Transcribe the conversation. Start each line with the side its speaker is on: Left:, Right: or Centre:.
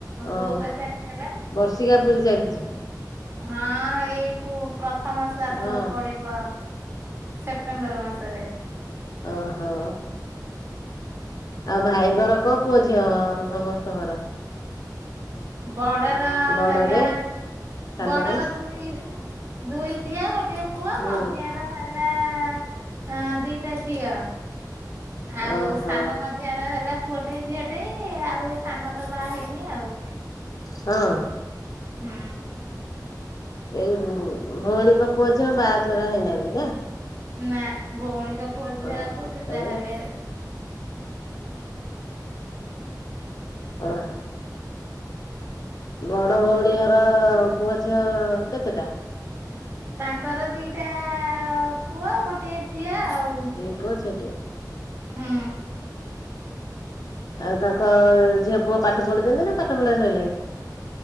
Left: ହଁ
Right: ବୋଉପା ଚାଲିଗଲା।
Left: ବର୍ଷିକା ପୁରି ସାରିଛି?
Right: ହଁ ଏଇ ପୁପ୍ରଥମ ଶ୍ରାଦ୍ଧପା
Left: ହଁ
Right: ପଡିବ। ସେପ୍ଟେମ୍ବର ମାସରେ।
Left: ଓହୋ। ଆଉ ଭାଇଙ୍କର କ ପୁଅଝିଅ ସମସ୍ତଙ୍କର?
Right: ବଡର
Left: ବଡରେ
Right: ହେଲା
Left: ସାଲରେ
Right: ବଡର ଦୁଇ। ଦୁଇ ଝିଅ ଗୋଟେ ପୁଅ।
Left: ହଁ
Right: ମଝିଆର ନାଁ ଦିଟା ଝିଅ। ଆଉ
Left: ଓହୋ
Right: ସାନ ମଝିଆ ର ହେଲା ପୁଅଟେ ଝିଅଟେ। ଆଉ ଏ ସାନ ତ ବାହା ହେଇନି ଆଉ।
Left: ହଁ।
Right: ହୁଁ।
Left: ଏଇ ଭଉଣୀଙ୍କ ପୁଅ ଝିଅ ବାହାଚେରା ହେଇନାହାନ୍ତି ନା।
Right: ନା ଭଉଣୀଙ୍କ ପୁଅଝିି
Left: ହଁ
Right: କୋଉଠି ବାହେଲେ?
Left: ଏ ନାଁ। ବଢ ଭଉଣୀ ଘର ପୁଅ ଝିଅ କେତେଟା?
Right: ତାଙ୍କର ଦିଟା ପୁଅ ଗୋଟିଏ ଝିଅ ଆଉ।
Left: ଦିପୁଆ ଝିଅଟେ।
Right: ହୁଁ।
Left: ଆଉ ତାଙ୍କ ଝିଅ ପୁଅ ପାଠ ପଢୁଛନ୍ତି ନା ପାଠ ପଢା ସଇିଲଣି?